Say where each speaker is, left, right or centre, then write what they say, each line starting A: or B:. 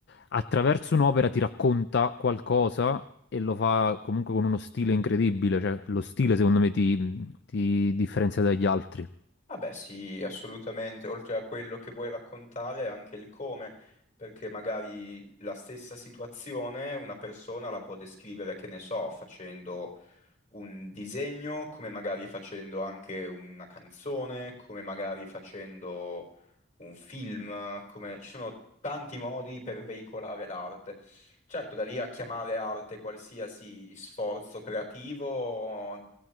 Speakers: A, on the left; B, on the left.
A: attraverso un'opera ti racconta qualcosa e lo fa comunque con uno stile incredibile, cioè lo stile secondo me ti ti differenzia dagli altri.
B: Vabbè, sì, assolutamente. Oltre a quello che vuoi raccontare, anche il come, perché magari la stessa situazione una persona la può descrivere, che ne so, facendo un disegno, come magari facendo anche una canzone, come magari facendo un film, come... ci sono tanti modi per veicolare l'arte. Certo, da lì a chiamare arte qualsiasi sforzo creativo mh,